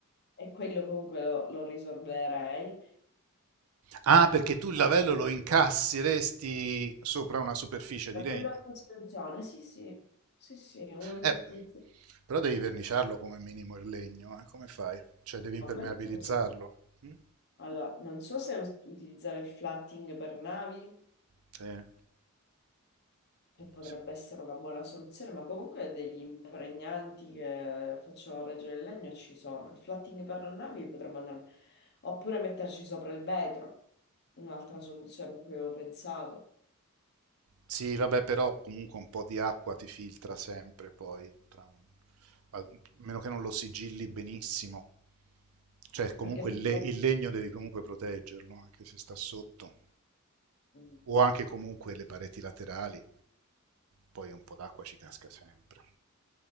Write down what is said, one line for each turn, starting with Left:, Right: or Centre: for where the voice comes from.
Left: e quello comunque lo, lo risolverei.
Right: Ah, perché tu il lavello lo incassi, resti sopra una superficie
Left: Per
Right: di legno.
Left: quello a sospensione, sì, sì, sì, sì, è uno di
Right: Eh,
Left: questi. inizi-
Right: però devi verniciarlo come minimo il legno, eh, come fai? Cioè devi impermeabilizzarlo.
Left: no, quello sì.
Right: mm?
Left: Allora, non so se us- utilizzare il flatting per navi.
Right: Sì.
Left: che potrebbe
Right: sì.
Left: essere una buona soluzione, ma comunque degli impregnanti che facciano reggere il legno ci sono. Il flatting per le navi potremmo andare, oppure metterci sopra il vetro, un'altra soluzione a cui avevo pensato.
Right: Sì, vabbè, però comunque un po' di acqua ti filtra sempre poi, tra un- a meno che non lo sigilli benissimo. Cioè comunque
Left: Perché tu...
Right: il, le- il legno devi comunque proteggerlo, anche se sta sotto.
Left: E,
Right: O anche comunque le pareti laterali, poi un po' d'acqua ci casca sempre.